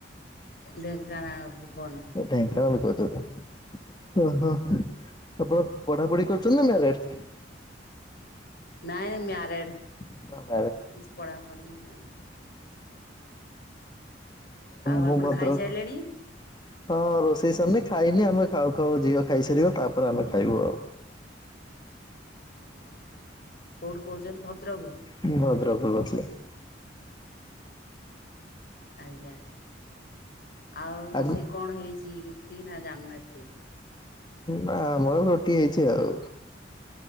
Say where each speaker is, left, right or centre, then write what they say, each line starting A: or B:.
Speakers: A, on the left; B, on the left.
A: ଢେଙ୍କାନାଳ ଭୁବନ।
B: ଢେଙ୍କାନାଳରୁ କହୁଛନ୍ତି ଓହୋ ଆପଣ ପଢାପଢି କରୁଛନ୍ତି ନା ମ୍ୟାରେଡେ?
A: ନାଇଁ ମ୍ୟାରେଡ୍।
B: <inaudible> ହ ହ <inaudible> <unintelligible>
A: କିଛି ପଢ଼ାପଢ଼ି ନାହିଁ। ଆଉ
B: ଭଦ୍ର
A: ଆପଣ ଖାଇସାରିଲେଣି?
B: ହଁ ରୋଷେଇ ସରିନି ଖାଇନି ଆମେ ଖାଉ ଖାଉ ଝିଅ ଖାଇସାରିବ ତାପରେ ଆମେ ଖାଇବୁ ଆଉ।
A: ହଁ କୋଉଠୁ କହୁଛନ୍ତି ଭଦ୍ରକରୁ,
B: ମୁଁ ଭଦ୍ରକ ରୁ କହୁଥିଲି।
A: ଆଜ୍ଞା। ଆଉ ରୋଷେଇ
B: ଆଗ
A: କଣ ହେଇଛି ରୁଟି ନା ଜାଣିଥିଲି।
B: ନା ଆମର ରୁଟି ହେଇଛି ଆଉ।